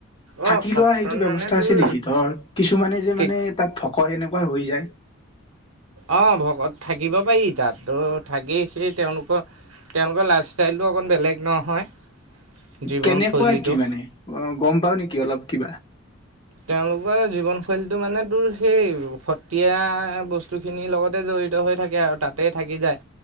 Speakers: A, on the right; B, on the left.
A: অ
B: থাকি
A: সত্ৰত
B: লোৱা সেইটো ব্যয়ৱস্থা
A: মানে তোৰ
B: আছে নেকি ধৰ কিছুমানে যে
A: কেত
B: মানে তাত ভকৰ এনেকুৱা পাৰ হৈ যায়।
A: অ, ভকত থাকিব পাৰি তাতো থাকি সেই তেওলোকৰ তেওলোকৰ লাইফষ্টাইলতটো অকণ বেলেগ নহয়। জীৱনশৈলীটো
B: কেনেকুৱা কি মানে গম পাও নেকি অলপ কিবা?
A: তেওলোকৰ জীৱনশৈলীতটো মানে তোৰ সেই সতীয়া বস্তু খিনিৰ লগতে জঢ়িত। হৈ থাকে আৰু তাতেই থাকি যায়